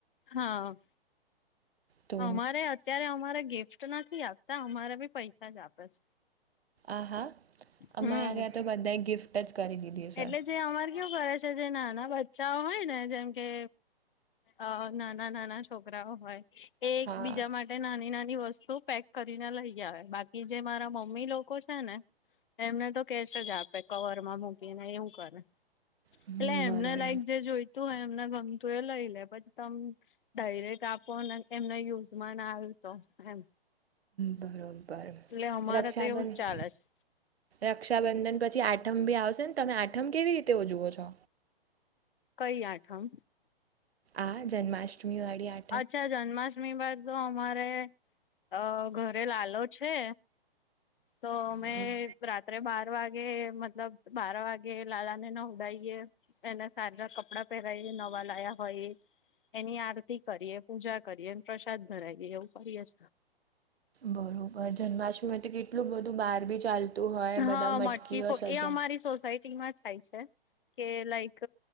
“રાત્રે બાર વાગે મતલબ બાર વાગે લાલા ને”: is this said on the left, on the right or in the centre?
Left